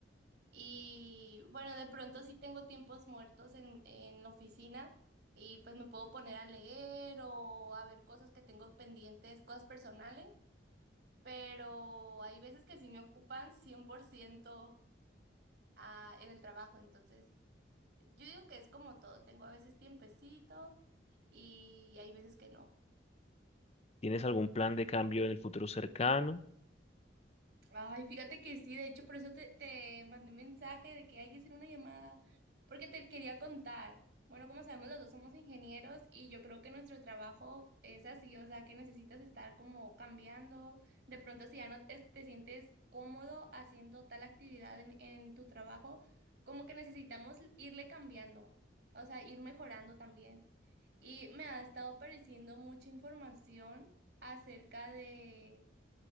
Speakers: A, on the right (about 55°); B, on the left (about 35°).
A: y bueno, de pronto sí tengo tiempos muertos en, en la oficina y pues me puedo poner a leer o a ver cosas que tengo pendientes, cosas personales, pero hay veces que sí me ocupan 100% a- en el trabajo, entonces... Yo digo que es como todo, tengo a veces tiempecito y hay veces que no.
B: ¿Tienes algún plan de cambio en el futuro cercano?
A: Ay, fíjate que sí, de hecho, por eso te, te mandé un mensaje de que hay que hacer una llamada, porque te quería contar. Bueno, como sabemos, los dos somos ingenieros y yo creo que nuestro trabajo es así, o sea, que necesitas estar como cambiando. De pronto, si ya no te, te sientes cómodo haciendo tal actividad en, en tu trabajo, como que necesitamos irle cambiando, o sea, ir mejorando también. y me ha estado apareciendo mucha información acerca de,